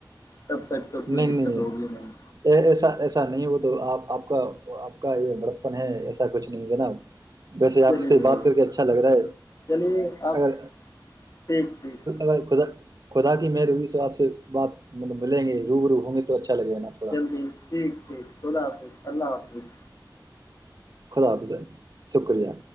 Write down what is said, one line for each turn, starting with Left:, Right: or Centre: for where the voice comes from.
Left: تب تک تو کوئی
Right: نہیں
Left: دقت
Right: نہیں
Left: ہوگی نہیں
Right: ایسا ایسا نہیں ہوتا تو آپ آپ کا آپ کا یہ بڑپن ہے ایسا کچھ نہیں جناب ویسے آپ
Left: چلیے
Right: سے بات کر کے اچھا لگ رہا ہے
Left: چلیے آپ
Right: اگر
Left: ٹھیک ٹھیک ٹھیک
Right: اللہ خدا خدا کی محروبی ص آپ سے بات مطل ملیں گے روب رو ہوں گے تو اچھا لگے گا نا تھوڑا
Left: جلدی ٹھیک ٹھیک کھلا حافظ اللہ حافظ
Right: خلافظ شکریہ